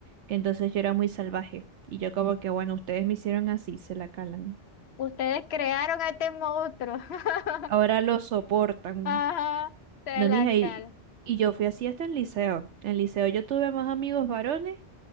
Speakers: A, on the right (about 75°); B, on the left (about 65°).
A: que entonces yo era muy salvaje. Y yo como que, bueno, ustedes me hicieron así, se la calan.
B: Ustedes crearon a este monstruo. <laughs>
A: Ahora lo soportan.
B: Ajá, de
A: No,
B: la
A: mija,
B: cal.
A: y, y yo fui así hasta en liceo. En liceo yo tuve más amigos varones